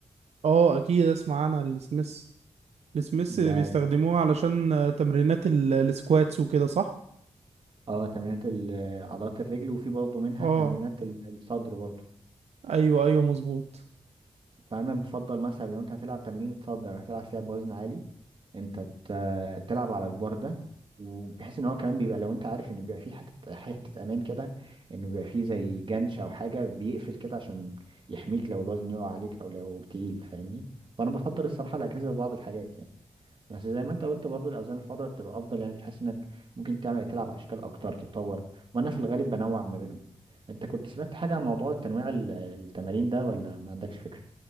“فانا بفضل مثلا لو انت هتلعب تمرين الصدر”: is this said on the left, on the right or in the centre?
Right